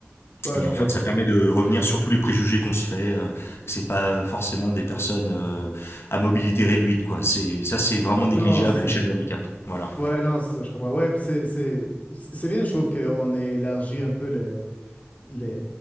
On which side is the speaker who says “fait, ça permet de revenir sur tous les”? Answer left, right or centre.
Left